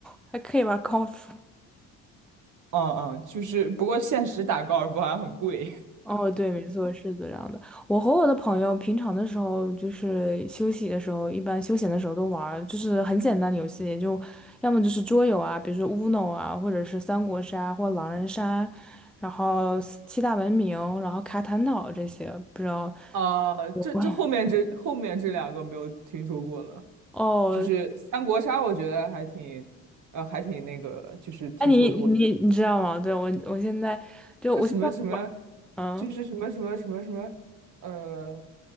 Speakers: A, in the centre; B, on the right (about 60°).
A: 还可以玩 c o l f
B: 嗯嗯，就是不过现实打高尔夫好像很贵，
A: 哦，对，没错，是这样的。我和我的朋友平常的时候，就是休息的时候，一般休闲的时候都玩儿，就是很简单的游戏，就要么就是桌游啊，比如说 Uno 啊，或者是三国杀或狼人杀，然后七大文明，然后卡坦岛这些，不知道。
B: <laughs> 啊，
A: <laughs>
B: 这这后面这后面这两个没有听说过了，
A: 哦，
B: 就是三国杀，我觉得还挺，呃，还挺那个，就是听说过。
A: 哎，你你你知道吗？对，我我现在就我现在玩，
B: 那什么什么，
A: 嗯，
B: 就是什么什么什么什么，呃，